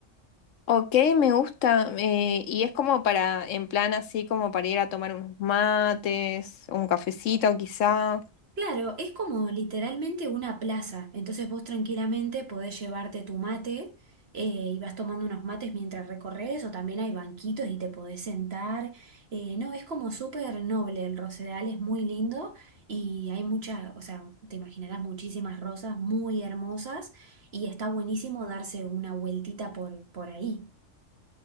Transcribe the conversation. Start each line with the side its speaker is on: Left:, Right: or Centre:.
Left: Ok, me gusta. eh, y es como para, en plan así, como para ir a tomar unos mates, un cafecito quizá.
Right: Claro, es como literalmente una plaza. Entonces vos tranquilamente podés llevarte tu mate eh, y vas tomando unos mates mientras recorres, o también hay banquitos y te podés sentar. Eh, no, es como súper noble. El Rosedal es muy lindo y hay mucha, o sea, te imaginarás muchísimas rosas muy hermosas y está buenísimo darse una vueltita por, por ahí.